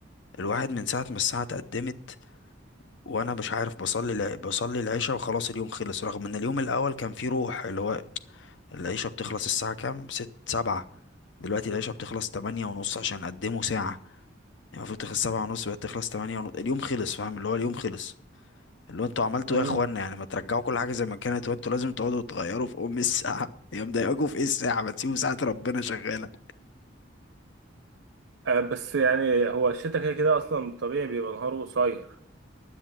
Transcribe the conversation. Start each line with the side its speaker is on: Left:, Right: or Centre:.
Left: الواحد من ساعة ما الساعة اتقدمت وأنا مش عارف بصلي الع- بصلي العشاء وخلاص اليوم خلص رغم إن اليوم الأول كان فيه روح اللي هو العيشة بتخلص الساعة كام؟ ست سبعة دلوقتي العيشة بتخلص تمانية ونص عشان قدموا ساعة يعني المفروض تخلص سبعة ونص بقت تخلص تمانية ونص اليوم خلص فاهم اللي هو اليوم خلص اللي هو انتوا عملتوا
Right: مم.
Left: ايه يا اخوانا يعني ما ترجعوا كل حاجة زي ما كانت وانتوا لازم تقعدوا تغيروا في ام الساعة يا مضايقاكوا في ايه الساعة ما تسيبوا ساعة ربنا شغالة
Right: آه، بس يعني هو الشتا كده كده اصلا طبيعي بيبقى نهاره قصير